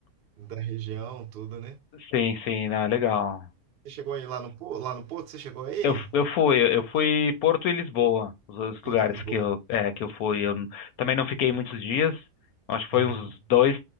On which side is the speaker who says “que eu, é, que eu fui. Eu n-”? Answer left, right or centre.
Left